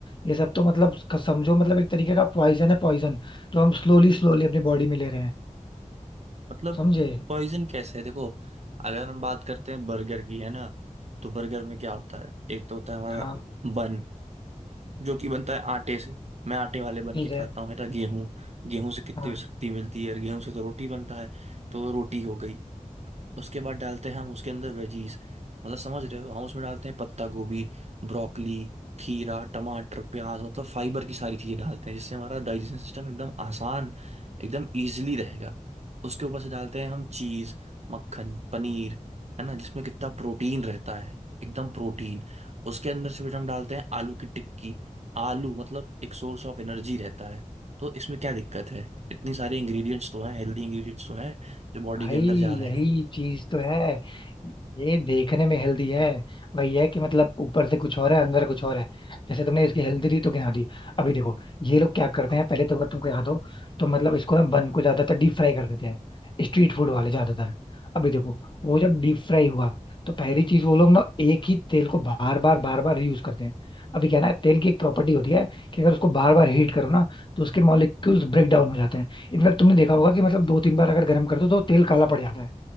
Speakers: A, on the left; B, on the right.
A: ये सब तो मतलब समझो मतलब एक तरीके का पॉइजन है पॉइजन तो हम स्लोली स्लोली अपनी बॉडी में ले रहे हैं
B: मतलब
A: समझे
B: पॉइजन कैसे है देखो अगर हम बात करते हैं बर्गर की है ना तो बर्गर में क्या होता है एक तो होता है हमारा
A: हाँ
B: बन जो कि बनता है आटे से मैं आटे वाले बन
A: ठीक
B: के खाता
A: है
B: हूँ है ना गेहूँ गेहूँ से कितनी
A: हाँ
B: शक्ति मिलती है और गेहूँ से तो रोटी बनता है तो रोटी हो गई उसके बाद डालते हैं हम उसके अंदर वेजीज मतलब समझ रहे हो हम उसमें डालते हैं पत्ता गोभी ब्रोकली खीरा टमाटर प्याज मतलब फाइबर की सारी चीजें डालते हैं जिससे हमारा डाइजेशन सिस्टम एकदम आसान एकदम इजीली रहेगा उसके ऊपर से डालते हैं हम चीज मक्खन पनीर है ना जिसमें कितना प्रोटीन रहता है एकदम प्रोटीन उसके अंदर से फिर हम डालते हैं आलू की टिक्की आलू मतलब एक सोर्स ऑफ एनर्जी रहता है तो इसमें क्या दिक्कत है इतनी सारे इंग्रेडिएंट्स तो हैं हेल्दी इंग्रेडिएंट्स तो हैं जो बॉडी
A: भाई
B: के अंदर जा रहे
A: यही
B: हैं
A: चीज तो है ये देखने में हेल्दी है वही है कि मतलब ऊपर से कुछ और है अंदर कुछ और है जैसे तुमने इसकी हेल्दी तो गिना दी अभी देखो ये लोग क्या करते हैं पहले तो अगर तुमको याद हो तो मतलब इसको ना बन को ज्यादातर डीप फ्राई कर देते हैं स्ट्रीट फूड वाले ज्यादातर अभी देखो वो जब डीप फ्राई हुआ तो पहली चीज वो लोग ना एक ही तेल को बार बार बार बार रीयूज करते हैं अभी क्या है ना तेल की एक प्रॉपर्टी होती है कि अगर उसको बार बार हीट करो ना तो उसके मॉलिक्यूल्स ब्रेक डाउन हो जाते हैं इनफैक्ट तुमने देखा होगा कि मतलब दो तीन बार अगर गर्म कर दो तो तेल काला पड़ जाता है